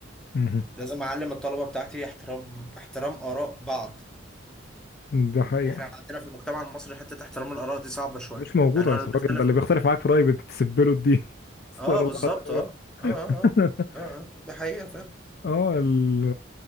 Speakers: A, on the left (about 55°); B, in the centre.
A: مهم.
B: لازم اعلم الطلبه بتاعتي احترام احترام اراء بعض
A: ده حقيقة
B: احنا عندنا في المجتمع المصري حتة احترام الآراء دي صعبة شوية
A: مش موجودة
B: يعني
A: يا
B: انا
A: أستاذ
B: بختلف
A: الراجل ده اللي بيختلف معاك في رأيي بتسبله الدين <laughs> استغفر
B: اه بالظبط
A: الله العظيم
B: اه اه
A: يا رب
B: اه
A: <laughs>
B: اه اه آه. ده حقيقة فعلا
A: اه ال